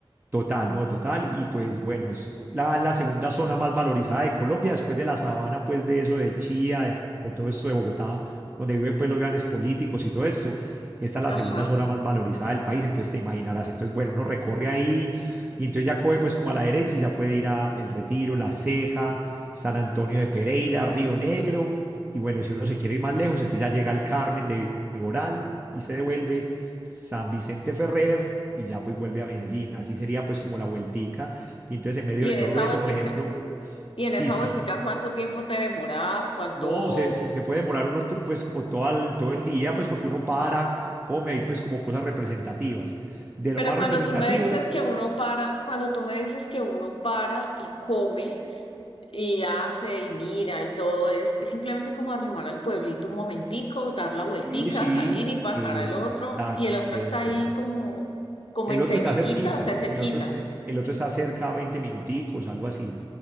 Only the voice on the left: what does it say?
Ajá.
Y
en
esa
vueltica,
y en
esa
vueltica, ¿cuánto tiempo te demorabas? ¿Cuánto
Pero
cuando
tú me dices que uno para, cuando tú me dices que uno para y come y hace y mira y todo, es, es simplemente como arrimar al pueblito un momentico, dar la vueltica,
salir y pasar
al otro,
y el otro
está ahí
como, como
enseguidita,
o sea, cerquita.